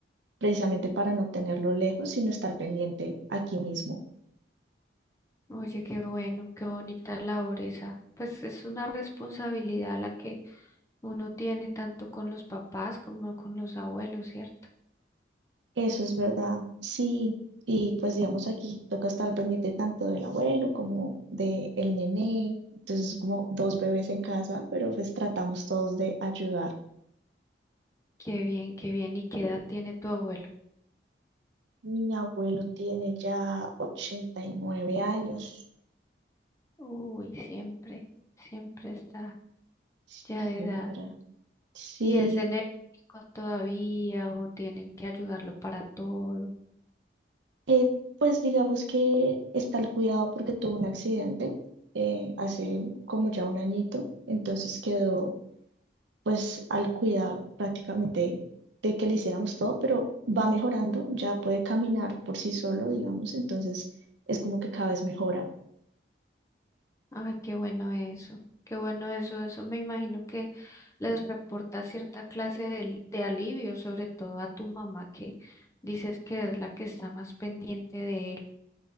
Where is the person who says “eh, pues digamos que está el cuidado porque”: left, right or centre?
Right